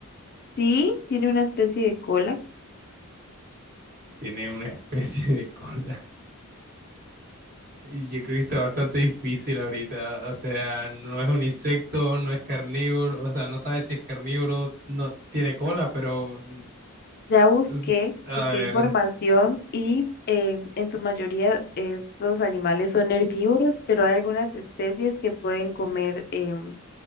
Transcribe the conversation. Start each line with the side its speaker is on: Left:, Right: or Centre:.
Left: Sí, tiene una especie de cola
Right: tiene una <laughs> especie de cola. Y Yo creo que está bastante difícil ahorita, o sea, no es un insecto, no es carnívoro, o sea, no sabe si es carnívoro, no tiene cola, pero mm,
Left: Ya busqué,
Right: es- a
Left: busqué
Right: ver,
Left: información y em, en su mayoría estos animales son herbívoros, pero hay algunas especies que pueden comer, em,